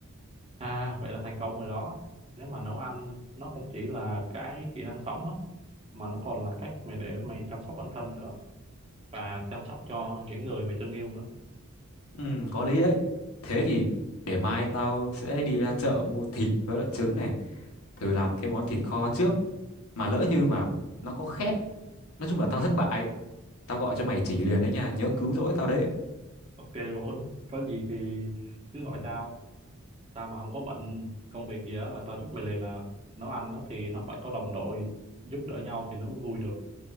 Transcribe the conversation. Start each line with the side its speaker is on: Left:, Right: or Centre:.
Right: à vậy là thành công rồi đó nếu mà nấu ăn nó không chỉ là cái kỹ năng sống á mà nó còn là cách mày để mày chăm sóc bản thân nữa và chăm sóc cho những người mày thương yêu nữa
Left: Ừ, có lý đấy. Thế thì để mai tao sẽ đi ra chợ mua thịt với lại trứng này. Thử làm cái món thịt kho trước. Mà lỡ như mà nó có khét nói chung là tao thất bại tao gọi cho mày chỉ liền đấy nha nhớ cứu rỗi tao đấy
Right: Ok luôn, có gì thì cứ gọi tao, tao mà không có bận công việc gì á là tao giúp mày liền à. Nấu ăn á thì nó phải có đồng đội giúp đỡ nhau thì nó mới vui được.